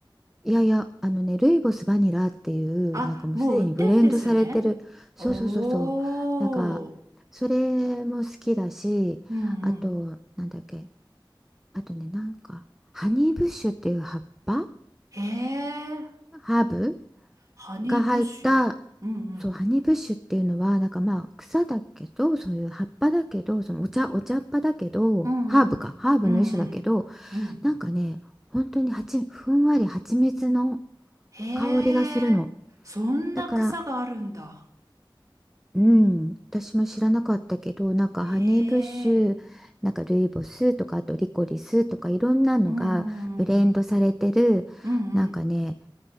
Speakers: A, in the centre; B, on the right (about 40°).
A: いやいや、あのね、ルイボスバニラっていう、
B: あ、
A: なんかもうすでにブレンドされてる、
B: もう売ってんですね。
A: そうそうそうそう、
B: おー。
A: なんか、それも好きだし、
B: うんうん。
A: あと、なんだっけ、あとね、なんか、ハニーブッシュっていう葉っぱ、
B: へえ。
A: ハーブ
B: ハニーブッシュ。
A: が入った、
B: うんうん。
A: そう、ハニーブッシュっていうのは、なんかまあ、草だけど、そういう葉っぱだけど、そのお茶、お茶っ葉だけど、
B: うんうんうん。
A: ハーブか、ハーブの一種だけど、
B: うんうん。うん
A: なんかね、本当にはち、ふんわり蜂蜜の
B: へえ。
A: 香りがするの。
B: そんな草があるんだ。
A: だからうん、私も知らなかったけどなんかハニーブッシュなんかルイボスとかあとリコリスとかいろんなのがブレンドされてるなんかね
B: へえ。うんうんうんうん